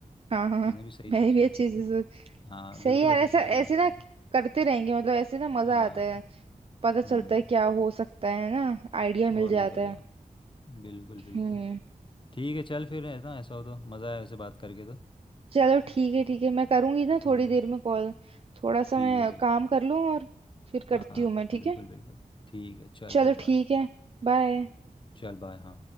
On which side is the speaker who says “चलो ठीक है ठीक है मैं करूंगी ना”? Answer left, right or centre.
Right